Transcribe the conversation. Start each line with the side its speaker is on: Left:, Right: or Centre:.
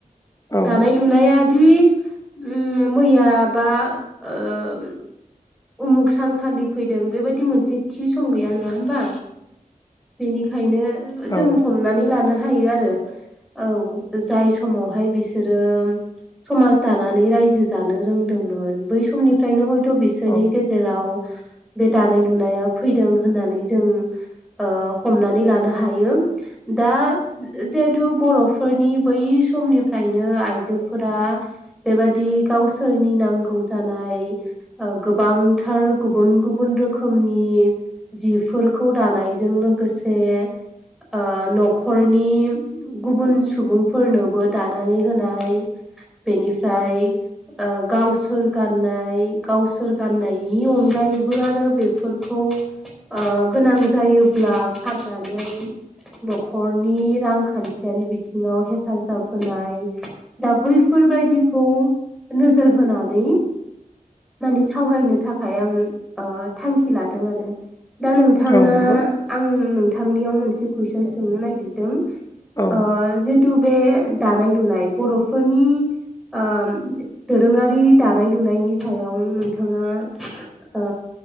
Left: औ
Centre: दानाय लुनाय दि उम मैयाबा ओ उम उमुक सानखालि फैदों बेबायाददि मोनसे थि सम गैया नङा होमबा? बेनिखायनो जों
Left: औ
Centre: हमनानै लानो हायो आरो औ जाय समावहाय बिसोरो समाज दानानै रायजो जानो रोंदोंमोन बै समनिफ्रायनो हयथ' बिसोरनि
Left: औ
Centre: गेजेराव बे दानाय लुनाया फैदों होननानै जों ओ हमनानै लानो हायो दा जिहेथु बर'फोरनि बै समनिफ्रायनो आइजोफोरा बेबादि गावसोरनि नांगौ जानाय गोबांथार गुबुन गुबुन रोखोमनि जिफोरखौ दानायजों लो गोसे आ न'खरनि गुबुन सुबुंफोरनोबो दानानै होनाय बेनिफ्राय ओ गावसोर गाननाय गावसोर गाननायनि अनगायैबो आरो बेफोरखौ आ गोनां जायो बे ब्ला फाननानै न'खरनि रांखान्थियारि बिथिङाव हेफाजाब होन नाय दा बैफोरबायदिखौ नोजोर होनानै माने सावरायनो थाखाय आं आ थांखि लादों आरो। दा नोंथाङा
Left: औ नंगौ
Centre: आं नोंथांनियाव मोनसे कुइसन सोंनो नागिरदों।
Left: औ
Centre: आ जितु बे दानाय लुनाय बर'फोरनि आम दोरोङारि दानाय लुनायनि सायाव नोंथाङा ओ